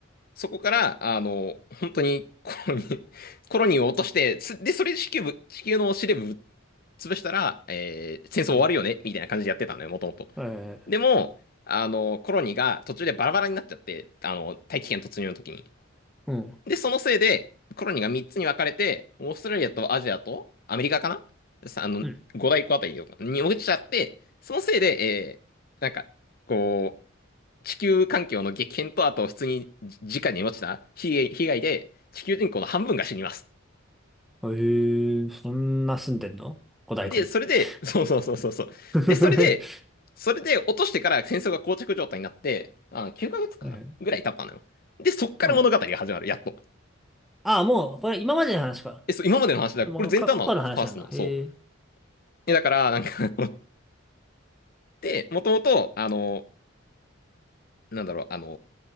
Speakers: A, on the left; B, in the centre.
A: そこから、あの、本当に、コロニー、コロニーを落として、すで、それで地球部、地球の司令部ぶっ潰したら、えー戦争終わるよねみたいな感じでやってたのよ、
B: うん。
A: もともと。
B: はいはいはい。
A: でも、あの、コロニーが途中でバラバラになっちゃって、あの、大気圏突入の時に。
B: うん。
A: で、そのせいで、コロニーが3つに分かれて、オーストラリアとアジアとアメリカかなあの、
B: うん。
A: 五大湖あたりに落ちちゃって、そのせいで、えーなんか、こう、地球環境の激変と、あと普通に直に落ちた被害被害で、地球人口の半分が死にます。
B: へえ、そんな住んでんの五大湖に。
A: で、それで、
B: <laughs>
A: <laughs> そうそうそうそうそう。
B: は
A: で、それで、それで落としてから戦争が膠着状態になって、あ9ヶ月かげつかなぐらい経ったのよ。
B: いはい。
A: で、そっから物語が始まる、
B: うん
A: やっと。
B: ああ、もう、これ今までの話か。
A: え、そう、今までの話だから、
B: もう、
A: これ前段なの、
B: か、過去の話なんだ。
A: ファーストの、
B: へえ。
A: そう。え、だから、なんか <laughs> で、もともと、あの、なんだろう、あの